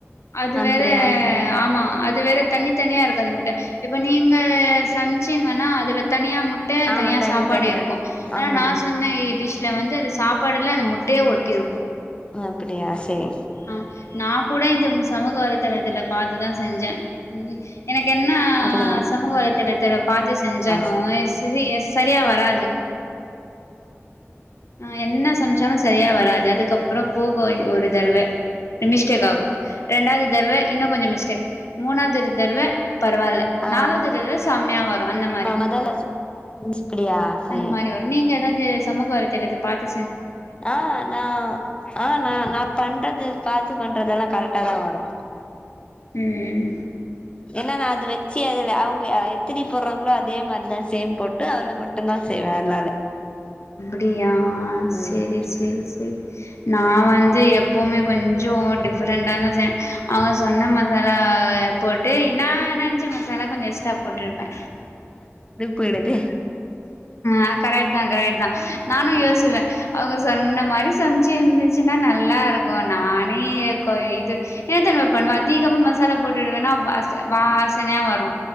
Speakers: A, on the left (about 70°); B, on the left (about 20°).
A: அது
B: அப்படியா
A: வேற
B: சரிங்க
A: ஆமா அது வேற தனி தனியா இரு க்காது முட்ட இப்ப நீங்க சம்ச்சீங்கனா அதுல தனியா முட் மட்ட
B: ஆமா
A: தனியா
B: தனி
A: சாப்பாடு
B: தனியா
A: இருக்கு ஆனா
B: ஆமா
A: நா
B: ஆமா
A: சொன்னே டிஷ் இதுல வந்து அந்த சாப்பாடுல்லா அந்த முட்டயே ஒட்டி இருக்கு
B: அப்படியா செரி
A: ஆ நா கூட இந்த சமூக வலைதளத்துல பாத்துதா செஞ்சே ம் எனக்கு என்னா
B: அப்படிங்களா
A: சமூக வலைத்தல தரப் பார்த்து செஞ்சாலு
B: சரி
A: சிரி சரியா வராது ஆ என்ன சமச்சாலு சரியா வராது அதுக்கப்றோ போகு ஒரு தடவ மிஸ்டேக் ஆகு ரெண்டாவது தடவ இன்னு கொஞ்சோ மிஸ்டேக் மூனாவது தடவ பரவாயில்ல
B: ஆ
A: நாலாவது தடவ செம்மையா வரு அந்த மாரி
B: ஆ மொதல்ல அப்படியா சரி
A: அந்த மாரி வரு நீங்க ஏதாவது சமக்கு வ எனக்கு பாத்து
B: ஆ நா ஆ நா நா பண்றது பார்து பண்றதெல்லா கரெக் ட்டாதா வரு
A: உம்
B: ஏன்னா நா அது வச்சு அதுல அவுங்க எத்தினி போடுறாங்களோ அதே மாதிரி தா சேம் போட்டு ட்டு அதுல மட்டுந்தா செய்வே அதனால
A: டியா ஆ
B: ம்
A: சேரி சேரி சேரி நா வந் து எப்பவுமே கொஞ்சோ டிஃபரெண்டா ச அவுங்க சொன்ன மசாலா போட்டு நா ன்னா கொஞ்சோ மசாலா கொஞ்சோ எஸ்டா போட்டுருப்பே
B: போய்டுது
A: ஆ கரெக்ட் தா கரெக்ட் தா நானு யோசிப்பே அவுங்க சொன்ன இந்த மாரி சமச்சு இருந்துச்சுன்னா நல்லா இருக்கு நானே இது என்னத்தெரிமா பண்ணுவே அதிகமா மசாலா போட்டுவேன்னா வா வாசனையா வரு